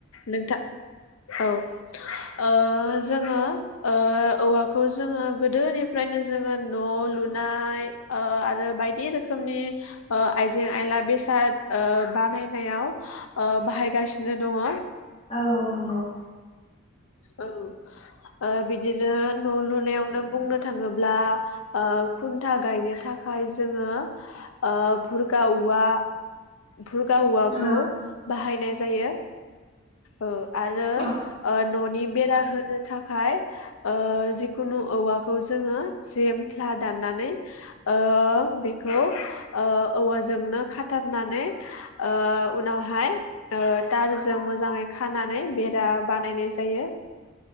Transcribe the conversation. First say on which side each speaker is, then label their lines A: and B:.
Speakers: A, on the left (about 85°); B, on the left (about 30°).
A: नोंथां औ ओ जोङो ओ औवाखौ जोङो गोदोनिफ्रायनो जोङो न' लुनाय ओ आरो बायदि रोखोमनि ओ आइजें आयला बेसाद बानायनायाव ओ बाहायगासिनो दङ
B: औ नंगौ
A: औ ओ बिदिनो न' लुनायावनो बुंनो थाङोब्ला ओ खुन्था गायनो थाखाय जोङो ओ बुर्गा औवा बुरर्गा औवाखौ
B: औ
A: बाहायनाय जायो ओ आरो
B: औ
A: ओ न बेरा होनो थाखाय ओ जिखुनु औवाखौ जोङो जेमफ्ला दाननानै ओ बेखौ ओ औवाजोंनो खाथाबनानै ओ उनावहाय ओ थारजों मोजाङै खानानै बेरा बानायनाय जायो